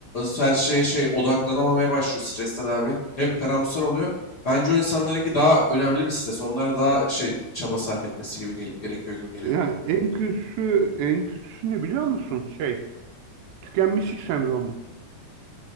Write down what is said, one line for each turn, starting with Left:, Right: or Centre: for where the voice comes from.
Left: Her şeye şey odaklanamamaya başlıyor stresten abi. Hep karamsar oluyor. Bence o insanlarınki daha önemli bir stres. Onlar daha şey çaba sarf etmesi gibi gel- gerekiyor gibi geliyor
Right: Ya
Left: bana.
Right: en kötüsü en kötüsü ne biliyor musun? Şey, tükenmişlik sendromu.